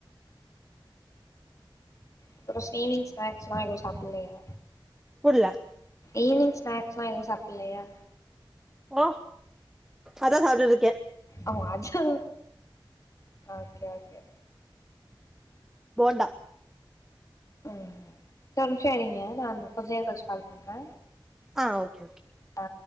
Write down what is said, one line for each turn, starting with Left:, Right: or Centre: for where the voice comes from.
Left: அப்புறோ ஈவ்னிங் ஸ்நாக்ஸ்ல்லா எது சாப்பலையா
Centre: புர்ல
Left: ஈவ்னிங் ஸ்நாக்ஸ்லா எது சாப்புலையா
Centre: ஓ அதா சாப்ட்டுட்ருக்கே
Left: ஓ அதா ஓகே ஓகே
Centre: போண்டா
Left: ம் ஒரு நிமிஷ இருங்க நா கொஞ்ச நேர கழிச் கால் பண்றே
Centre: ஆ ஓகே ஓகே
Left: ஆ